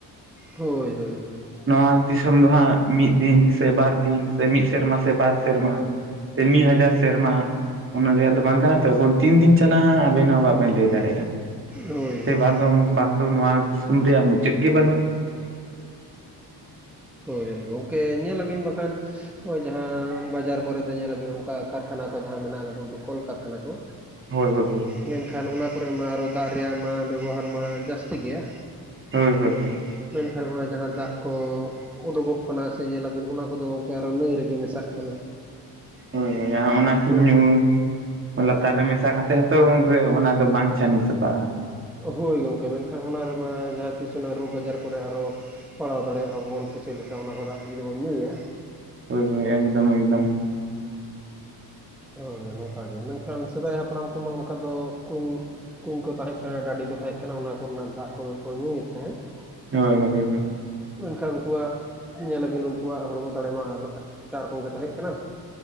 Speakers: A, in the centre; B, on the right.
A: ᱦᱳᱭ ᱦᱳᱭ ᱦᱳᱭ ᱾
B: ᱱᱚᱣᱟ ᱫᱤᱥᱚᱢ ᱫᱚ ᱦᱟᱸᱜ ᱢᱤᱫ ᱫᱤᱱ ᱥᱮ ᱵᱟᱨ ᱫᱤᱱ ᱥᱮ ᱢᱤᱫ ᱥᱮᱨᱢᱟ ᱥᱮ ᱵᱟᱨ ᱥᱮᱨᱢᱟ ᱥᱮ ᱢᱤᱫ ᱦᱟᱡᱟᱨ ᱥᱮᱨᱢᱟ ᱚᱱᱟ ᱨᱮᱭᱟᱜ ᱫᱚ ᱵᱟᱝ ᱠᱟᱱᱟ ᱛᱚ ᱛᱤᱱ ᱫᱤᱱ ᱪᱟᱞᱟᱜ ᱦᱟᱸᱜ, ᱟᱵᱮᱱ ᱦᱚᱸ ᱵᱟᱵᱮᱱ ᱞᱟᱹᱭ ᱫᱟᱲᱮᱭᱟᱜᱼᱟ᱾
A: ᱦᱳᱭ
B: ᱥᱮ ᱵᱟᱝ ᱫᱚ ᱵᱟᱝ ᱫᱚ ᱱᱚᱣᱟ ᱫᱤᱥᱚᱢ ᱨᱮᱭᱟᱜ ᱢᱩᱪᱟᱹᱫ ᱜᱮ ᱵᱟᱹᱱᱩᱜ?
A: ᱦᱳᱭ ᱦᱳᱭ ᱜᱚᱝᱠᱮ ᱧᱮᱞᱟᱵᱮᱱ ᱵᱟᱠᱷᱟᱱ ᱱᱚᱜᱼᱚᱭ ᱡᱟᱦᱟᱸ ᱵᱟᱡᱟᱨ ᱠᱚᱨᱮ ᱫᱚ ᱧᱮᱞ ᱟᱹᱵᱤᱱ ᱚᱱᱠᱟ ᱠᱟᱨᱠᱷᱟᱱᱟ ᱠᱚ ᱡᱟᱦᱟᱸ ᱢᱮᱱᱟᱜᱼᱟ, ᱞᱟᱹᱴᱩ ᱠᱚᱞ ᱠᱟᱨᱠᱷᱟᱱᱟ ᱠᱚ
B: ᱦᱳᱭ ᱦᱳᱭ ᱦᱩᱸ
A: ᱢᱮᱱᱠᱷᱟᱱ ᱚᱱᱟ ᱠᱚᱨᱮ ᱢᱟ ᱟᱨᱚ ᱫᱟᱜ ᱨᱮᱭᱟᱜ ᱢᱟ ᱵᱮᱵᱚᱦᱟᱨ ᱢᱟ ᱡᱟᱹᱥᱛᱤ ᱜᱮᱭᱟ᱾
B: ᱦᱳᱭ ᱦᱳᱭ ᱦᱳᱭ᱾
A: ᱢᱮᱱᱠᱷᱟᱱ ᱚᱱᱟ ᱡᱟᱦᱟᱸ ᱫᱟᱜ ᱠᱚ ᱩᱰᱩᱜᱚᱜ ᱠᱟᱱᱟ ᱥᱮ ᱧᱮᱞᱟᱵᱤᱱ ᱚᱱᱟ ᱠᱚᱫᱚ ᱜᱚᱢᱠᱮ ᱟᱨᱚ ᱱᱟᱹᱭ ᱨᱮᱜᱮ ᱢᱮᱥᱟᱜ ᱠᱟᱱᱟ᱾
B: ᱦᱳᱭ ᱦᱳᱭ᱾ ᱟᱨ ᱚᱱᱟ ᱠᱤ
A: ᱢᱮᱱ
B: ᱧᱩ ᱞᱟᱛᱟᱨ ᱨᱮ ᱢᱮᱥᱟ ᱠᱟᱛᱮᱜ ᱦᱚᱸᱛᱚ ᱚᱱᱟ ᱫᱚ ᱵᱟᱝ ᱪᱷᱟᱹᱱᱤ ᱥᱟᱯᱷᱟᱜᱼᱟ᱾
A: ᱦᱳᱭ ᱜᱚᱢᱠᱮ᱾ ᱢᱮᱱᱠᱷᱟᱱ ᱚᱱᱟ ᱨᱮᱢᱟ ᱡᱟᱦᱟᱸ ᱛᱤᱥ ᱚᱱᱟ ᱨᱳᱜᱽ ᱟᱡᱟᱨ ᱠᱚᱨᱮ ᱟᱨᱚ ᱯᱟᱲᱟᱣ ᱫᱟᱲᱮᱭᱟᱜᱼᱟ ᱵᱚᱱ, ᱥᱮ ᱪᱮᱫ ᱞᱮᱠᱟ ᱚᱱᱟ ᱠᱚ ᱫᱟᱜ ᱡᱩᱫᱤ ᱵᱚᱱ ᱧᱩᱭᱟ?
B: ᱦᱳᱭ ᱦᱳᱭ ᱮᱠᱫᱚᱢ ᱮᱠᱫᱚᱢ ᱾
A: ᱦᱳᱭ ᱱᱚᱝᱠᱟ ᱜᱮ᱾ ᱢᱮᱱᱠᱷᱟᱱ ᱥᱮᱫᱟᱭ ᱦᱟᱯᱲᱟᱢ ᱠᱚᱢᱟ ᱚᱱᱠᱟ ᱫᱚ ᱠᱩᱧ ᱠᱩᱧ ᱠᱚ ᱛᱟᱦᱮᱸ ᱠᱟᱱᱟ ᱰᱟᱹᱰᱤ ᱠᱚ ᱛᱟᱦᱮᱸ ᱠᱟᱱᱟ, ᱚᱱᱟ ᱠᱚᱨᱮᱱᱟᱜ ᱫᱟᱜ ᱠᱚᱫᱚ ᱠᱚ ᱧᱩᱭᱮᱫ ᱛᱟᱦᱮᱸᱫ ᱾
B: ᱦᱳᱭ ᱦᱳᱭ ᱾
A: ᱢᱮᱱᱠᱷᱟᱱ ᱩᱱᱠᱩᱣᱟᱜ ᱧᱮᱞᱟᱵᱤᱱ ᱩᱱᱠᱩᱣᱟᱜ ᱦᱚᱲᱢᱚ ᱫᱟᱲᱮ ᱢᱟ ᱮᱴᱟᱜ ᱨᱚᱠᱚᱢ ᱜᱮ ᱛᱟᱦᱮᱸ ᱠᱟᱱᱟ᱾